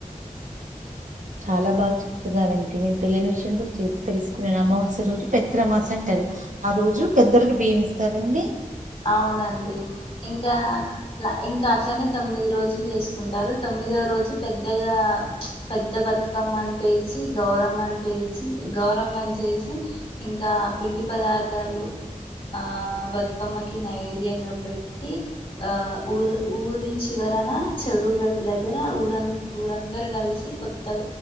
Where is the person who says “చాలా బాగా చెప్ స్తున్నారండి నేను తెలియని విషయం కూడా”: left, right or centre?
Right